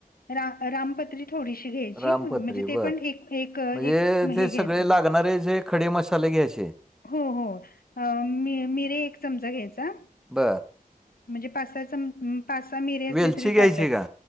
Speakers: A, on the left (about 85°); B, in the centre.
A: रा-रामपत्रि थोडीशी घ्यायची,
B: रामपत्री
A: म्हणजे ते
B: बर
A: पण ठिक एक-एक
B: म्हणजे ते
A: हे घ्यायचं.
B: सगळे लागणारे जे खडे मसाले घ्यायचे.
A: हो हो अं मी-मिरे एक चमचा घ्यायचा.
B: बर.
A: म्हणजे पासा चम पासा मीरे असले,
B: वेलची
A: तरी चालतात.
B: घ्यायची का